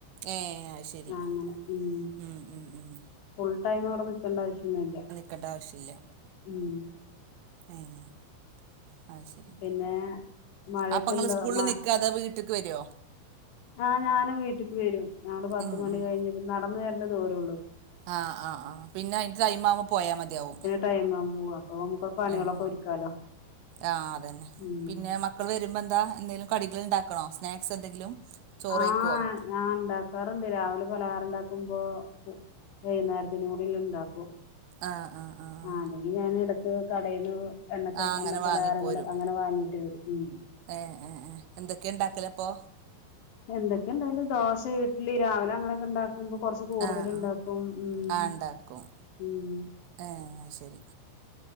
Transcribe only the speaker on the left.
ആ, അങ്ങനെ ഉം
ഫുൾ ടൈം അവിടെ നിക്കണ്ട ആവശ്യൊന്നു ഇല്ല.
ഉംഹ്.
പിന്നെ മഴയൊക്കെ
ഉണ്ടോ
മ
ആഹ് ഞാനും വീട്ട്ക്ക് വരും. ഞങ്ങൾ പത്ത്
മണി
കഴിഞ്ഞപ്പോ- നടന്ന വരണ്ട ദൂരൊള്ളൂ.
ടൈമാവുമ്പോ അപ്പോ നമുക്ക് പണികളൊക്കെ
ഒരുക്കാലോ
ഉംഹ്.
ആഹ്
ഞാൻ ണ്ടാക്കാറുണ്ട്. രാവിലെ പലഹാരംണ്ടാക്കുമ്പോ. വൈന്നാരത്തിനുകൂടിള്ളത്- ണ്ടാക്കും.
ആ അല്ലെങ്കിൽ ഞാൻ ഇടക്ക് കടയിന്ന്. എണ്ണ
എണ്ണ പ്പലഹാരങ്ങൾ
അങ്ങനെ വാങ്ങിയിട്ട് വരും, ഉംഹ്.
എന്തൊക്കെ ന്തായാലും ദോശ, ഇഡ്ലി രാവിലെ അങ്ങനെയൊക്കെ ഉണ്ടാക്കും. ക്കുമ്പോ കൊറ്ച്ച് കൂടുതൽ
ഉണ്ടാക്കും
ഉംഹ്,
ഉംഹ്.